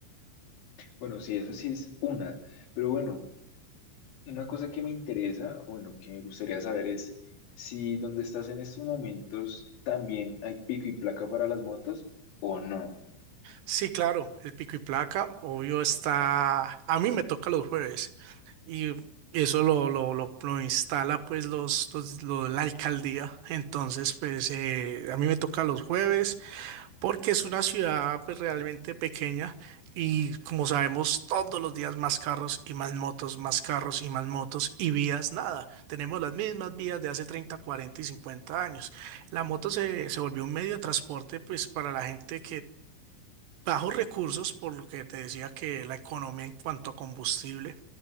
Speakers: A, on the left; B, on the right.
A: Bueno, sí, eso sí es una, pero bueno. Una cosa que me interesa, o bueno, que me gustaría saber es si donde estás en estos momentos también hay pico y placa para las motos o no.
B: Sí, claro, el pico y placa, obvio, está, a mí me toca los jueves y eso lo, lo, lo, lo instala pues los, los- lo- la alcaldía, entonces pues eh, a mí me toca los jueves porque es una ciudad pues, realmente pequeña y como sabemos todos los días más carros y más motos, más carros y más motos y vías, nada, tenemos las mismas vías de hace 30, 40 y 50 años. La moto se, se volvió un medio de transporte pues para la gente Bajos recursos, por lo que te decía que la economía en cuanto a combustible,